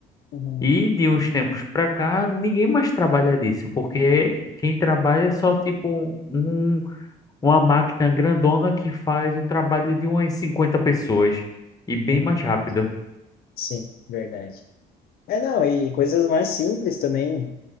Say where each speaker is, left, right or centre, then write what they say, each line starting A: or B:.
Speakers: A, on the left; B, on the left.
A: Uhum.
B: E de uns tempos pra cá, ninguém mais trabalha disso, porque quem trabalha é só tipo um, um, uma máquina grandona que faz o trabalho de umas 50 pessoas e bem
A: Uhum.
B: mais rápido.
A: Sim, verdade. É, não, e coisas mais simples também.